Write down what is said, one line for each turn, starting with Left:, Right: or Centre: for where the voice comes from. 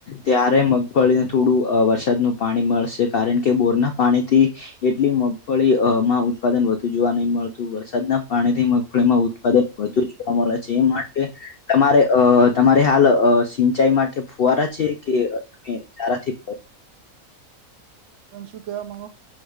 Left: ત્યારે મગફળીને થોડું વરસાદનું પાણી મળશે કારણ કે બોરના પાણીથી એટલી મગફળી માં ઉત્પાદન વધ જોવા નહી મળતું વરસાદના પાણી થી મગફળીમાં ઉત્પાદન વધુ જોવા મળે છે એ માટે તમારે અ તમારે હાલ અ સિંચાઈ માટે ફુઆરા છે કે તમે ક્યારા થી
Right: તમે શું કેવા માગો